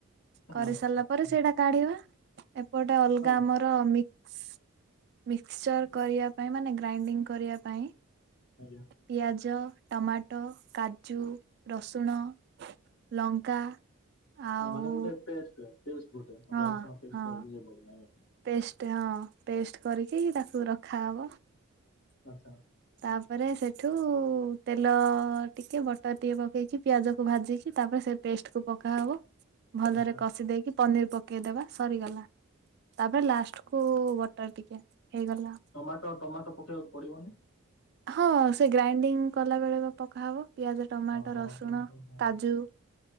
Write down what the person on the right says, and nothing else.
କରିସାରିଲା
ପରେ ସେଇଟା କାଢିବା ଏପଟେ ଅଲଗା
ଆମର। ମିକ୍ସ ମିକ୍ସଚର କରିବା ପାଇଁ ମାନେ ଗ୍ରାଇଡିଙ୍ଗ କରିବା ପାଇଁ।
ପିଆଜ ଟମାଟୋ କାଜୁ ରସୁଣ ଲଙ୍କା। ଆଉ
ହଁ
ହଁ
ପେଷ୍ଟ ହଁ ପେଷ୍ଟ କରିକି ତାକୁ ରଖାହବ।
ତାପରେ ସେଠୁ ତେଲ ଟିକେ ବଟର ଟିକେ ପକେଇକି। ପିଆଜ କୁ ଭାଜିକି ତାପରେ ସେ ପେଷ୍ଟ କୁ ପକାହବ ଭଲରେ
କଷି ଦେଇକି ପନିର ପ ପକେଇଦବା ସରିଗଲା ତାପରେ ଲାଷ୍ଟ କୁ ବଟର ଟିକେ ହେଇଗଲା।
ହଁ ସେ ଗ୍ରାଇଣ୍ଡିଙ୍ଗ କଲା ବେଳେ ବା ପକାହବ। ପିଆଜ ଟମାଟୋ
ରସୁଣ
କାଜୁ